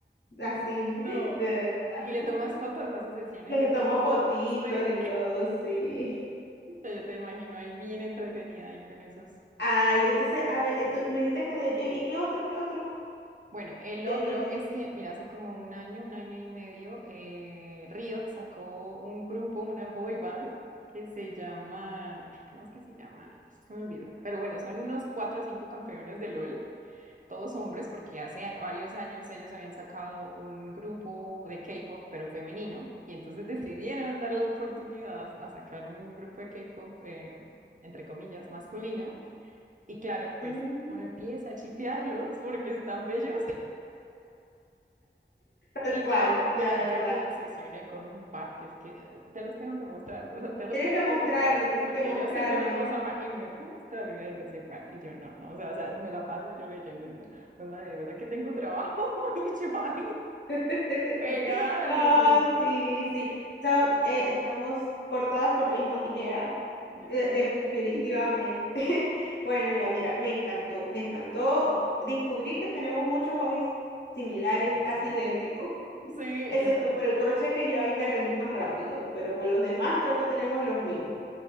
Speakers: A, on the left; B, on the right.
A: <laughs> así
B: no.
A: de verdad.
B: ¿Y le tomas fotos? ¿Haces sesiones
A: Les
B: de fotos?
A: tomo fotitos
B: Sí.
A: y todo,
B: <laughs>
A: sí.
B: Ya Yo te imagino ahí bien entretenida ahí con esos.
A: Ay, entonces, a ver, tú me dijiste que de Jeff- ¿y qué otro, qué otro?
B: Bueno, el
A: De
B: otro
A: ahí de...
B: es que, mira, hace como un año, un año y medio, eh, Riot sacó un grupo, una boy band, que se llaman, ay, ¿cómo es que se llaman? Ay, Se me olvidó. Pero bueno, son unos cuatro o cinco campeones de LOL. todos hombres, porque hace varios años ellos habían sacado un grupo de K-pop, pero femenino, y entonces <laughs> decidieron darle la oportunidad a sacar un grupo de K-pop, eh, entre comillas, masculino. Y claro, pues
A: Mm,
B: uno empieza a chipearlos porque están bellos.
A: tal
B: Y
A: cual,
B: yo,
A: la
B: mira,
A: verdad.
B: yo me obsesioné con un par que es que eh, te los tengo que mostrar, o sea, te los
A: Tienes
B: <laughs> tengo
A: que mostrarme,
B: que mostrar,
A: tienes
B: porque
A: que mostrarme.
B: yo sé que los vas a amar y me puedes traer videos de ese par y yo no, no, o sea, o sea, me la paso yo leyendo y yo, pues madre, de verdad que tengo trabajo <laughs> y yo ahí
A: <laughs>
B: pegada
A: No,
B: leyendo.
A: sí, sí. So, eh, estamos cortadas por la misma tijera.
B: Yo
A: Eh,
B: creo
A: de-
B: que
A: definitivamente.
B: <laughs>
A: <laughs> Bueno, mira, mira, me encantó, me encantó descubrir que tenemos muchos hobbies similares,
B: es
A: casi
B: cierto.
A: idénticos.
B: Sí,
A: Excepto
B: yo no lo puedo
A: por el
B: creer.
A: crochet que yo ahí me rendí más rápido, pero con los demás creo que tenemos los mismos.